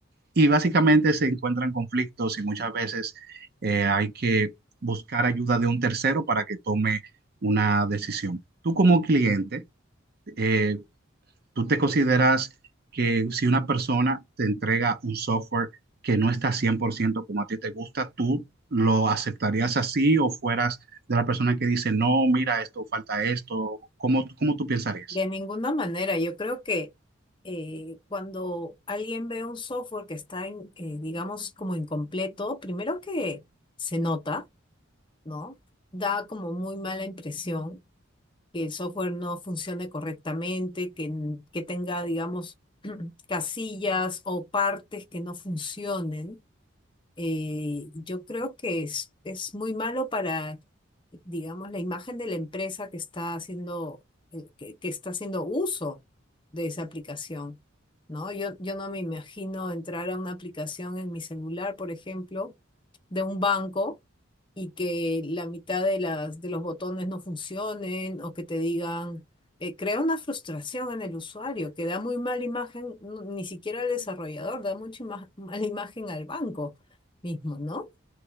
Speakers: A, on the right (about 50°); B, on the left (about 25°).
A: Y básicamente se encuentran conflictos y muchas veces eh, hay que buscar ayuda de un tercero para que tome una decisión. Tú como cliente, eh, ¿Tú te consideras que si una persona te entrega un software que no está 100% como a ti te gusta, tú lo aceptarías así o fueras de la persona que dice, no, mira esto, falta esto? ¿Cómo, cómo tú pensarías?
B: De ninguna manera, yo creo que eh, cuando alguien ve un software que está, en, eh, digamos, como incompleto, primero que se nota, ¿no? Da como muy mala impresión que el software no funcione correctamente, que, n- que tenga, digamos, <clears throat> casillas o partes que no funcionen eh, yo creo que es, es muy malo para, digamos, la imagen de la empresa que está haciendo, eh, que, que está haciendo uso de esa aplicación, ¿no? Yo, yo no me imagino entrar a una aplicación en mi celular, por ejemplo de un banco y que la mitad de las, de los botones no funcionen o que te digan, eh, crea una frustración en el usuario que da muy mala imagen, no- ni siquiera al desarrollador, da mucha ima- mala imagen al banco mismo, ¿no?